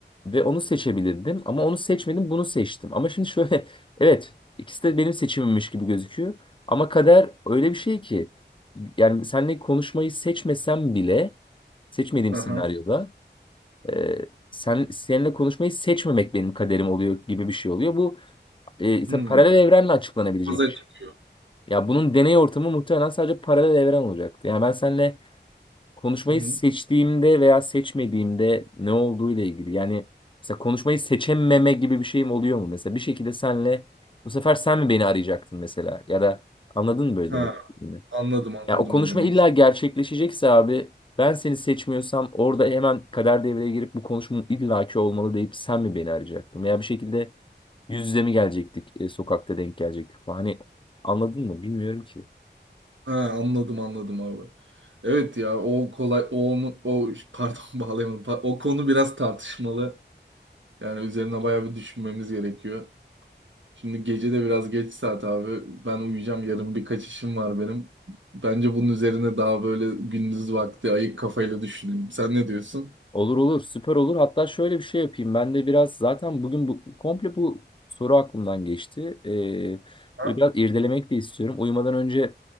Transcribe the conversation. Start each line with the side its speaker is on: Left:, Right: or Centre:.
Left: Ve onu seçebilirdim ama onu seçmedim bunu seçtim. Ama şimdi şöyle <laughs> evet ikisi de benim seçimimmiş gibi gözüküyor. Ama kader öyle bir şey ki yani seninle konuşmayı seçmesem bile seçmediğim senaryoda
Right: Aha.
Left: e, sen seninle konuşmayı seçmemek benim kaderim oluyor gibi bir şey oluyor. Bu e, ise
Right: Hmm.
Left: paralel evrenle açıklanabilecek
Right: Aza
Left: bir şey.
Right: çıkıyor.
Left: Ya bunun deney ortamı muhtemelen sadece paralel evren olacaktı. Yani ben seninle Konuşmayı
Right: Hı hı.
Left: seçtiğimde veya seçmediğimde ne olduğuyla ilgili. Yani mesela konuşmayı seçememe gibi bir şeyim oluyor mu? Mesela bir şekilde senle bu sefer sen mi beni arayacaktın mesela? Ya da anladın mı böyle
Right: Ha,
Left: demek istediğimi?
Right: anladım anladım
Left: Ya o konuşma
Right: ne demek
Left: illa
Right: istedim.
Left: gerçekleşecekse abi ben seni seçmiyorsam orada hemen kader devreye girip bu konuşmanın illaki olmalı deyip sen mi beni arayacaktın? Veya bir şekilde yüz yüze mi gelecektik, e, sokakta denk gelecektik falan. Hani anladın mı? Bilmiyorum ki.
Right: Ha, anladım anladım abi. Evet ya o kolay o onu o pardon <laughs> bağlayamadım. Pa- O konu biraz tartışmalı. Yani üzerine bayağı bir düşünmemiz gerekiyor. Şimdi gece de biraz geç saat abi. Ben uyuyacağım. Yarın birkaç işim var benim. Bence bunun üzerine daha böyle gündüz vakti ayık kafayla düşünelim. Sen ne diyorsun?
Left: Olur olur süper olur. Hatta şöyle bir şey yapayım. Ben de biraz zaten bugün bu komple bu soru aklımdan geçti. Ee,
Right: Ha?
Left: böyle biraz irdelemek de istiyorum. Uyumadan önce